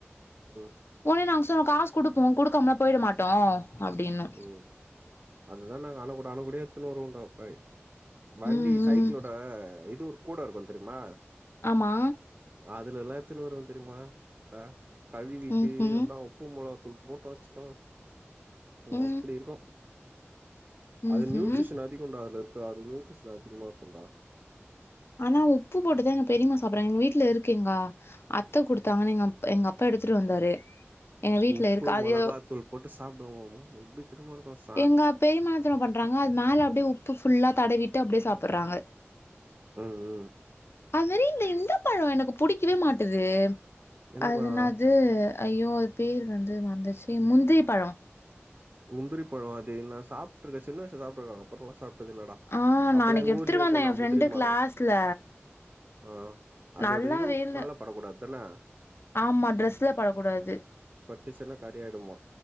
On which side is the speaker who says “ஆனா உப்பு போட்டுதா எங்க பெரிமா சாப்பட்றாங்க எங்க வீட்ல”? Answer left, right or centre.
Left